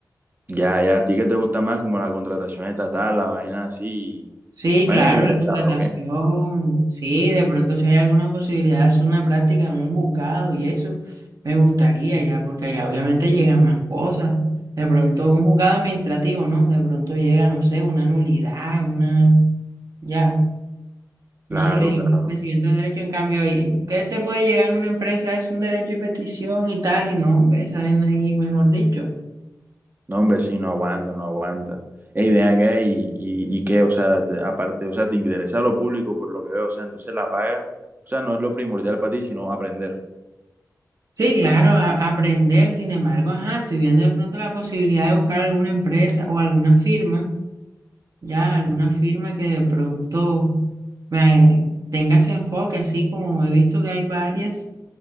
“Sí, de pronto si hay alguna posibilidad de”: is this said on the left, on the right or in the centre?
Right